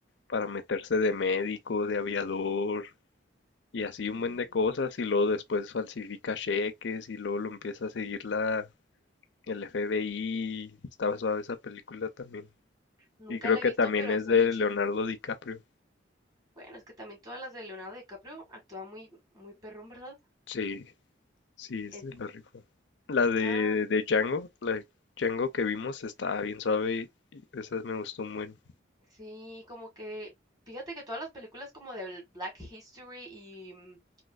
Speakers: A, on the left (about 70°); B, on the right (about 20°).
A: para meterse de médico, de aviador, Y así un
B: No,
A: buen de cosas y luego después falsifica cheques y luego lo empieza a seguir la el FBI. Estaba suave esa película también.
B: nunca
A: Y creo
B: la
A: que
B: he visto,
A: también
B: pero
A: es
B: se
A: de
B: oye chida.
A: Leonardo DiCaprio.
B: Bueno, es que también todas las de Leonardo DiCaprio actúa muy, muy perrón, ¿verdad?
A: Sí, sí, es
B: Es
A: de la rifa. La
B: una,
A: de, de Django, la de Django que vimos estaba bien suave y esa me gustó un buen.
B: sí, como que, fíjate que todas las películas como del Black History y mm,